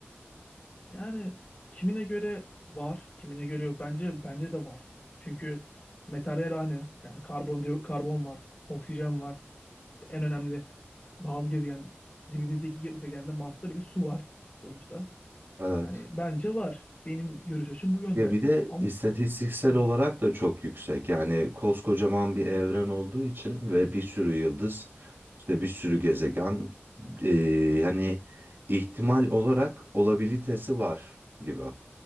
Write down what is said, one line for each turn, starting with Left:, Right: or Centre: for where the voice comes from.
Left: Yani kimine göre var, kimine göre yok. Bence bence de var. Çünkü materyal aynı. Yani karbon diyor, karbon var, oksijen var. İşte en önemli bazı gezegen dibimizdeki gezegende Mars'ta bile su var sonuçta.
Right: Evet.
Left: Hani bence var. Benim görüş açım bu yönde.
Right: Ya bir de
Left: Ama
Right: istatistiksel
Left: hı,
Right: olarak da çok yüksek. Yani koskocaman bir evren olduğu için ve bir sürü yıldız işte bir sürü gezegen e, hani ihtimal olarak olabilitesi var gibi.